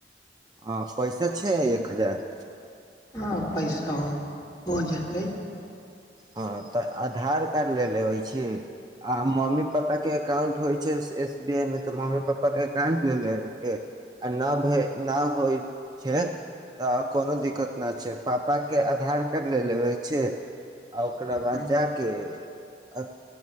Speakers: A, on the right (about 25°); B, on the left (about 25°).
A: ह पैसा छै एक हजार
B: आ पैसा हो हो जेतै
A: हँ तऽ आधार कार्ड लेले अबई छी आ मम्मी पापा के एकाउंट होइ छै एस बी आई मे तऽ मम्मी पापा के एकाउंट लेे लेबेए के आ न भे न होइ छै तऽ कोनो दिक्कत नहि छै पापाके आधार कार्ड लए लेबै अबैए छै आ ओकरा बाद
B: हँ
A: जा के आ